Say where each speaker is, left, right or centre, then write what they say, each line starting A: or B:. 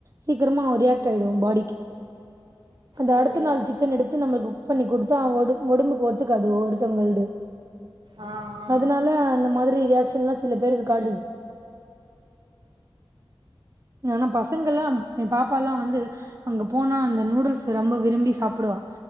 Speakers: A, on the right; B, on the right.
A: சீக்கிரமா ரியாக்ட் ஆயிடு பாடிக்கு அந்த
B: ஓ
A: அடுத்த நாள் சிக்கன் எடுத்து நம்ளுக்கு பண்ணி கொடுத்தா ஒடம் ஒடம்புக்கு ஒத்துக்காது ஒருத்தவங்களது
B: அ அ
A: அதனால அந்த மாதிரி ரியாக்ஷன்லா சில பேருக்கு காட்டுது நா பசங் அல்லாம் என் பாப்பா எல்லாம் வந்து அங்க போனா அந்த நூடுல்ஸ் ரொம்ப விரும்பி சாப்டுவா